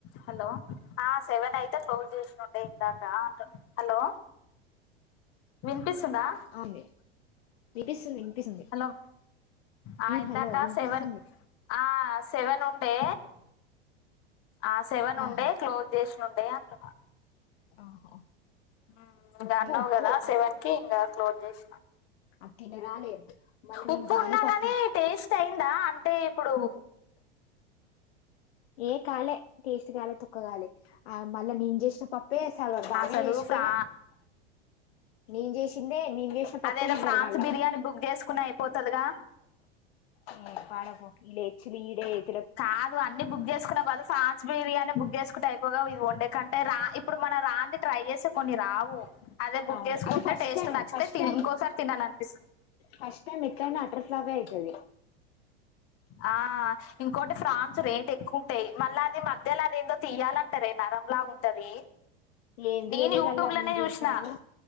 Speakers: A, on the left; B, on the left.
A: హలో ఆ సెవెన్ అయితే క్లోజ్ చేస్ ఉండే దాకా అంతా హలో వినిపిస్తుందా
B: అవుంది వినిపిస్తుంది వినిపిస్తుంది
A: హలో ఆ ఇందాక
B: హలో వినిపిస్తుంది
A: సెవన్ ఆ సెవెన్ ఉండే ఆ సెవెన్
B: ఆహా
A: ఉండే క్లోజ్ చేసి ఉండే అంటున్న
B: ఆహా
A: హమ్ ఇంగా
B: ఉప్పు
A: అన్నావు
B: ఉప్పు
A: కదా సెవెన్ కి ఇంగా క్లోజ్ చేసినా
B: ఆది తినరాలే మళ్ళీ నేను
A: ఉప్పు
B: బానే
A: ఉన్నా
B: పప్పు
A: కాని టేస్ట్ అయిందా అంటే ఇప్పుడు
B: ఏకా కాలే టెస్ట్ కాలే తొక్కగాలే ఆ మళ్ళా నేను చేసిన పప్పే సార్ బాగా
A: అసలు
B: చేసిపోయినా
A: ఫ్రా
B: నేను చేసిందే నేను చేసిన పప్పే
A: అదేదో
B: తిన్నారు
A: ఫ్రాన్స్
B: మళ్ళా
A: బిర్యానీ బుక్ చేసుకున్నా అయిపోతదిగా
B: <unintelligible>
A: కాదు అన్నీ బుక్ చేసుకున్నా బదులు ప్రాన్స్ బిర్యానీ బుక్ బుక్ చేసుకుంటే అయిపో గా ఇది వన్డే కంటే రా ఇప్పుడు మన రాంది ట్రై చేసి కొన్ని రావు అదే బుక్
B: అవును
A: చేసుకుంటే
B: అది ఫస్ట్
A: టేస్ట్
B: టైం
A: నచ్చితే
B: ఫస్ట్
A: తిని
B: టైం
A: ఇంకోసారి తినాలనిపిస్తుంది
B: ఫస్ట్ టైం ఎట్లయినా అటర్ ఫ్లాపే అయితది
A: ఆ ఇంకోటి ఫ్రాన్స్ రేట్ ఎక్కువ ఉంటాయి మళ్ళా అది మధ్యలో అదేందో తీయాలంటారే నరంలా ఉంటది
B: ఏంది
A: నేను
B: ఎయ్యలేదన్న
A: యూట్యూబ్ లోనే
B: నేను చూసినా
A: చూసిన
B: కదూ